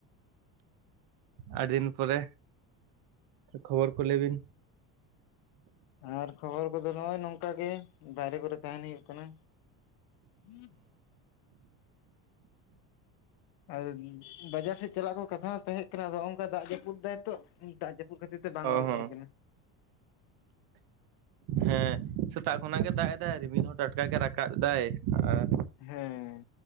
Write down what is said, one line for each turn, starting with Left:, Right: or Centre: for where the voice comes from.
Right: ᱟᱹᱰᱤ ᱫᱤᱱ ᱯᱚᱨᱮ ᱠᱷᱚᱵᱚᱨ ᱠᱚ ᱞᱟᱹᱭ ᱵᱤᱱ
Left: ᱟᱨ ᱠᱷᱚᱵᱚᱨ ᱠᱚᱫᱚ ᱱᱚᱜ-ᱚᱭ ᱱᱚᱝᱠᱟ ᱜᱮ ᱵᱟᱭᱨᱮ ᱠᱚᱨᱮ ᱛᱟᱦᱮᱱ ᱦᱩᱭᱩᱜ ᱠᱟᱱᱟ ᱦᱩᱸ ᱟᱨ ᱵᱟᱡᱟᱨ ᱥᱮᱫ ᱪᱟᱞᱟᱜ ᱠᱚ ᱠᱟᱛᱷᱟ ᱦᱚᱸ ᱛᱟᱦᱮᱸ ᱠᱟᱱᱟ ᱟᱫᱚ ᱫᱟᱜ ᱡᱟᱹᱯᱩᱫ ᱫᱟᱭ ᱛᱚ ᱫᱟᱜ ᱡᱟᱹᱯᱩᱫ ᱠᱷᱟᱹᱛᱤᱨ ᱛᱮ ᱵᱟᱝ
Right: ᱚ
Left: ᱩᱰᱩᱠ
Right: ᱦᱚᱸ
Left: ᱦᱩᱭ ᱠᱟᱱᱟ
Right: ᱦᱮᱸ ᱥᱮᱛᱟᱜ ᱠᱷᱚᱱᱟᱜ ᱜᱮ ᱫᱟᱜ ᱮᱫᱟᱭ ᱨᱤᱢᱤᱞ ᱦᱚᱸ ᱴᱟᱴᱠᱟ ᱜᱮ ᱨᱟᱠᱟᱵ ᱫᱟᱭ ᱟᱨ
Left: ᱦᱮᱸ